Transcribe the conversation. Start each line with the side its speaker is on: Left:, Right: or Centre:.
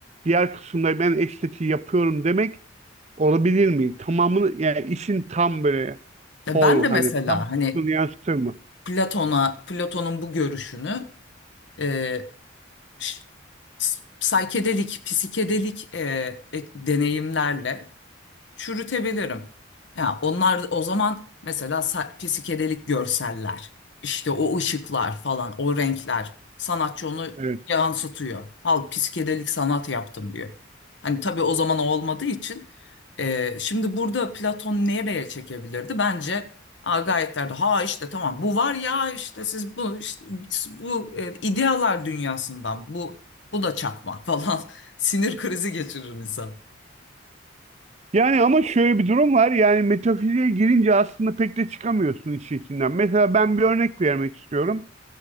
Right: diğer kısımda ben estetiği yapıyorum demek olabilir mi? Tamamını yani işin tam böyle
Left: e,
Right: whole
Left: ben de mesela
Right: hani tam
Left: hani
Right: kısmını yansıtır mı?
Left: Platon'a, Platon'un bu görüşünü e, ş- s- saykedelik, psikedelik e, e- deneyimlerle çürütebilirim. Ya onlar o zaman mesela sa- psikedelik görseller, işte o ışıklar falan, o renkler sanatçı onu
Right: Evet.
Left: yansıtıyor. Al psikedelik sanat yaptım diyor. Hani tabii o zaman o olmadığı için e, şimdi burada Platon nereye çekebilirdi? Bence Agayitlerde ha işte tamam bu var ya işte siz bu işte bu e, idealar dünyasından bu bu da çakma falan <laughs> sinir krizi geçirir insan.
Right: Yani ama şöyle bir durum var. Yani metafiziğe girince aslında pek de çıkamıyorsun işin içinden. Mesela ben bir örnek vermek istiyorum.